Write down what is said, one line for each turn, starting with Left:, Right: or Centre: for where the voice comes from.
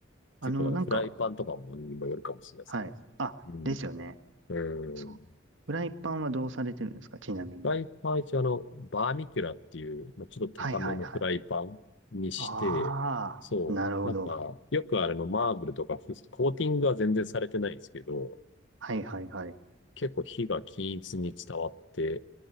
Left: 結構だからフライパンとかもにもよるかもしれないですけどね。
Right: あの、なんか、はい。あ、
Left: う
Right: ですよね。
Left: ん、う
Right: そう。
Left: ん
Right: フライパンはどうされてるんですかちなみに。
Left: フライパン一応あの、バーミキュラっていう、まあ、ちょっと高めのフライパンにして、
Right: はいはいはい。ああ、
Left: そう、
Right: なるほど。
Left: なんか、よくあれのマーブルとかふコーティングは全然されてないんですけど、
Right: はいはいはい。
Left: 結構火が均一に伝わって、